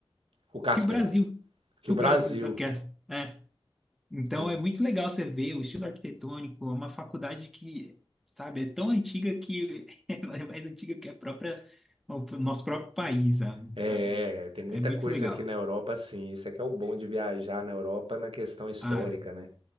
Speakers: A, on the right; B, in the centre.
A: O Castelo.
B: que o Brasil,
A: Que
B: que
A: o
B: o
A: Brasil.
B: Brasil, sabe o que é? É. Então,
A: com-
B: é muito legal você ver o estilo arquitetônico, é uma faculdade que, sabe, é tão antiga que <laughs> ela é mais antiga que a própria, o nosso próprio país, sabe?
A: É,
B: Aí,
A: é, tem muita
B: É muito
A: coisa
B: legal.
A: aqui na Europa, sim. Isso é que é o bom de viajar na Europa na questão histórica,
B: Ah,
A: né?